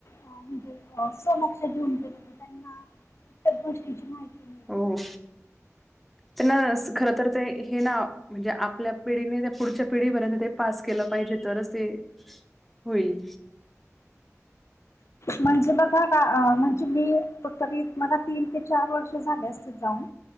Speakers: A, on the left; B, in the centre.
A: म्हणजे अ समक्ष घेऊन गेल त त्यांना प्रत्येक गोष्टीची माहिती मिळते
B: हो
A: ना.
B: हो त्यांना खर तर ते हे ना म्हणजे आपल्या पिढीने ते पुढच्या पिढीपर्यंत ते पास केलं पाहिजे तरच ते होईल.
A: म्हणजे बघा का अ म्हणजे मी त री मला तीन ते चार वर्ष झाले असतील. जाऊन